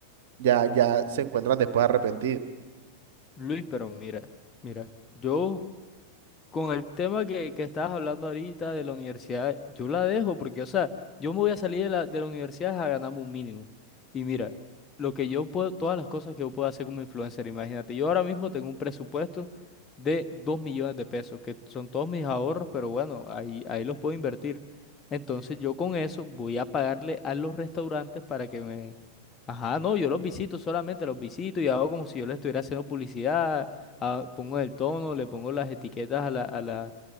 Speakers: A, on the right; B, on the left.
A: ya, ya se encuentran después arrepentidos.
B: Luis, pero mira, mira, yo Con el tema que, que estabas hablando ahorita de la universidad, yo la dejo porque, o sea, yo me voy a salir de la, de la universidad a ganarme un mínimo. Y mira, lo que yo puedo, todas las cosas que yo puedo hacer como influencer, imagínate, yo ahora mismo tengo un presupuesto de 2 millones de pesos, que son todos mis ahorros, pero bueno, ahí, ahí los puedo invertir. Entonces yo con eso voy a pagarle a los restaurantes para que me... Ajá, no, yo los visito solamente, los visito y hago como si yo les estuviera haciendo publicidad ah, pongo el tono, le pongo las etiquetas a la, a la,